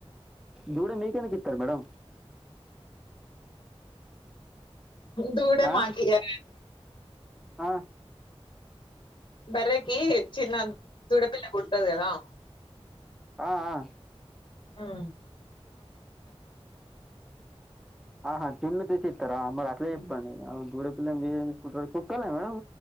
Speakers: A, in the centre; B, on the left.
A: దూడే మీకెందుకు యిత్తరు మేడం
B: దూడ
A: ఆ
B: మాగాల
A: ఆ
B: బరే కీ చిన్న దూడపిల్ల పుడతదికాదా
A: ఆ ఆ
B: హమ్
A: ఆహా జున్ను తెచ్చిత్తార మరి అట్లా చెప్పండి
B: ఉమ్
A: <unintelligible> మీరేం చేసుకుంటారు కుక్కల మేడం